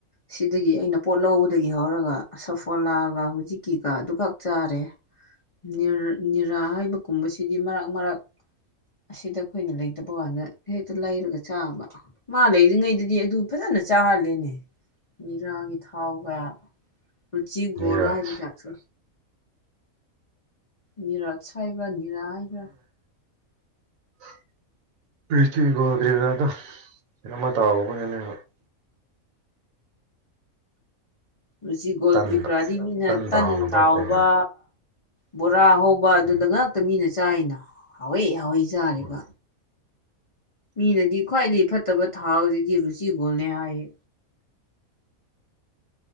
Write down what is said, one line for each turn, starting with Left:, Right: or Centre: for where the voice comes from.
Left: ꯁꯤꯗꯒꯤ ꯑꯩꯅ ꯄꯣꯠ ꯂꯧꯕꯗꯒꯤ ꯍꯧꯔꯒ ꯁꯐꯣꯂꯥꯒ ꯍꯧꯨꯖꯤꯛꯀꯤꯒ ꯑꯗꯨꯈꯛ ꯆꯥꯔꯦ ꯅꯤ ꯅꯤꯔꯥ ꯍꯥꯏꯕꯒꯨꯝꯕꯁꯤꯗꯤ ꯃꯔꯛ ꯃꯔꯛ ꯑꯁꯤꯗ ꯑꯩꯈꯣꯏꯅ ꯂꯩꯇꯕ ꯀꯥꯟꯗ ꯍꯦꯛꯇ ꯂꯩꯔꯒ ꯆꯥꯕ ꯃꯥ ꯂꯩꯔꯤꯉꯩꯗꯗꯤ ꯑꯗꯨ ꯐꯖꯅ ꯆꯥꯍꯜꯂꯦꯅꯦ ꯅꯤꯔꯥꯒꯤ ꯊꯥꯎꯒ ꯔꯨꯆꯤ ꯒꯣꯜ
Right: ꯅꯤꯔꯖ
Left: ꯍꯥꯏꯕ ꯖꯥꯠꯁꯨ ꯅꯤꯔꯥꯠꯁ ꯍꯥꯏꯕ꯭ꯔꯥ ꯅꯤꯔꯥ ꯍꯥꯏꯕ꯭ꯔꯥ
Right: <unintelligible>
Left: ꯔꯨꯆꯤ ꯒꯣꯜ
Right: ꯇꯟꯗꯣ
Left: ꯀꯔꯤ ꯀꯔꯥꯗꯤ ꯃꯤꯅ ꯇꯟ
Right: ꯇꯥꯎꯅꯕ
Left: ꯇꯥꯎꯕ
Right: ꯀꯔꯤ ꯀꯔꯥ
Left: ꯕꯣꯔꯥ ꯍꯧꯕ ꯋꯥ ꯑꯗꯨꯗ
Right: ꯎꯝ
Left: ꯉꯥꯛꯇ ꯃꯤꯅ ꯆꯥꯏꯅ ꯍꯥꯎꯋꯥꯏ ꯍꯥꯎꯋꯏ ꯆꯥꯔꯤꯕ
Right: ꯎꯝ
Left: ꯃꯤꯅꯗꯤ ꯈ꯭ꯋꯥꯏꯗꯒꯤ ꯐꯠꯇꯕ ꯊꯥꯎꯁꯤꯗꯤ ꯔꯨꯆꯤꯒꯣꯜꯅꯦ ꯍꯥꯏꯌꯦ